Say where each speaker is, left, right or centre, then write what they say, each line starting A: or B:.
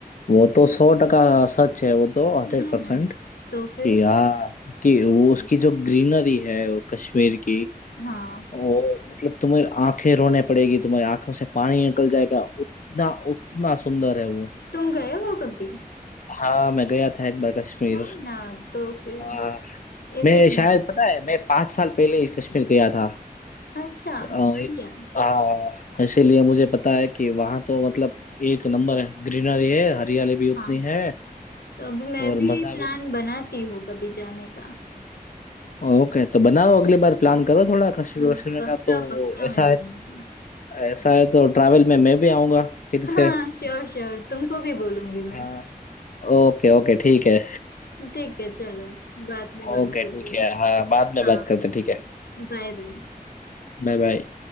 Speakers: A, on the left (about 55°); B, on the left (about 80°).
A: वो तो सौ टका सच है वो तो हंड्रेड
B: है
A: परसेंट
B: ना तो फिर
A: कि हाँ कि वो उसकी जो ग्रीनरी है वो कश्मीर की
B: हाँ
A: वो मतलब तुम्हें आंखें रोने पड़ेगी तुम्हारी आंखों से पानी निकल जाएगा उतना उतना सुंदर है वो
B: तुम गए हो कभी
A: हाँ मैं गया था एक बार कश्मीर
B: ना ना तो फिर
A: हाँ
B: इसलिए
A: मैं
B: मुझे-
A: शायद पता
B: <laughs>
A: है मैं पाँच साल पहले ही कश्मीर गया था
B: अच्छा
A: अ,
B: बढ़िया
A: आ, इसीलिए मुझे पता है कि वहाँ तो मतलब एक नंबर है ग्रीनरी है हरियाली भी उतनी
B: हाँ
A: है
B: तो अभी मैं
A: और
B: भी
A: मजा
B: प्लान
A: भी
B: बनाती हूँ कभी जाने का
A: ओके तो बनाओ अगली बार प्लान करो थोड़ा कश्मीर
B: तो
A: कश्मीर
B: पक्का
A: का तो
B: पक्का
A: ऐसा
B: मैं जाऊंगी
A: है ऐसा है तो ट्रैवल में मैं भी आऊंगा फिर
B: हाँ
A: से <laughs>
B: श्योर श्योर तुमको भी बोलूंगी मैं
A: हाँ ओके ओके ठीक है
B: ठीक है चलो बाद में बात
A: ओके
B: करते
A: ठीक
B: हैं
A: है हाँ बाद में
B: हाँ
A: बात करते हैं, ठीक है
B: बाय बाय
A: Bye bye